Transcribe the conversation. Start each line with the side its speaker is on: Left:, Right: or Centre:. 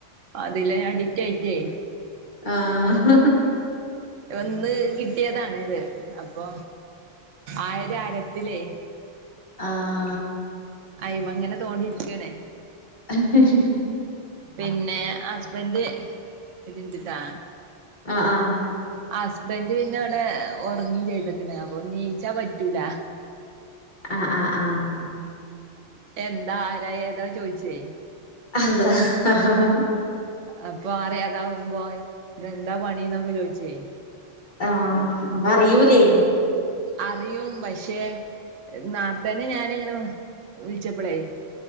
Right: അതില് അഡിക്റ്റായിട്ടേ
Left: ആഹ്
Right: ഒന്ന് കിട്ടിയതാണ് ഇത് അപ്പൊ ആയിര അയീരത്തിലേ
Left: ആഹ്
Right: അയിമങ്ങനെ തോണ്ടിയിരിക്കാണേ
Left: <unintelligible>
Right: പിന്നെ ഹസ്ബൻഡ് ഇതിന്റെി താ
Left: ആഹ് ആഹ്
Right: ഹസ്ബൻഡ് പിന്നെ ഇവിടെ ഉറങ്ങിം ചെയ്ത്ക്ക്ണ് അപ്പൊ നീച്ചാൻ പറ്റൂല
Left: ആഹ് ആഹ് ആഹ്
Right: എന്താ ആരാ ഏതാ ചോയിച്ചേയ്
Left: അളളാ ഹ ഹഹ
Right: അപ്പൊ അറിയേതാവുമ്പോ ഇത് എന്താ പണിന്നൊക്കെ ചോയിച്ചേയ്യ്
Left: ആഹ്, അപ്പൊ അറിയൂലേ?
Right: അറിയും പക്ഷെ, ന്നാർതന്നെ, ഞാന്ങ്ങനെ വിളിച്ചപ്പളേ